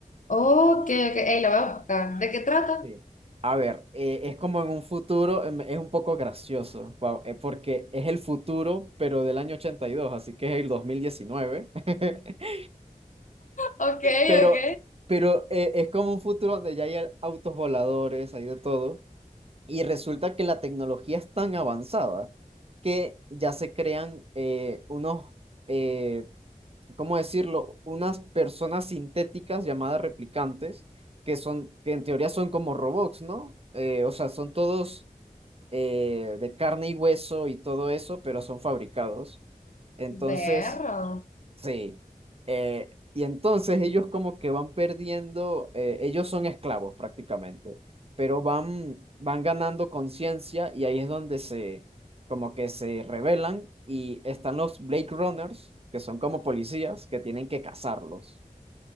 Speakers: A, on the left (about 60°); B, on the right (about 45°).
A: Ok, ok, ey, lo voy a buscar. ¿De qué trata?
B: Sí.
A: <laughs>
B: A ver, eh, es como en un futuro, em, es un poco gracioso, wow, eh, porque es el futuro, pero del año ochenta y dos así que es el dos mil diecinueve <laughs>
A: Ok,
B: Pero,
A: ok.
B: pero eh, es como un futuro donde ya hay autos voladores, hay de todo. Y resulta que la tecnología es tan avanzada que ya se crean eh, unos, eh, ¿cómo decirlo? Unas personas sintéticas llamadas replicantes, que son, que en teoría son como robots, ¿no? Eh, o sea, son todos eh, de carne y hueso y todo eso, pero son fabricados. Entonces,
A: Berro.
B: Sí. Eh, y entonces ellos como que van perdiendo, eh, ellos son esclavos prácticamente, pero van, van ganando conciencia y ahí es donde se, como que se rebelan y están los Blade Runners, que son como policías que tienen que cazarlos.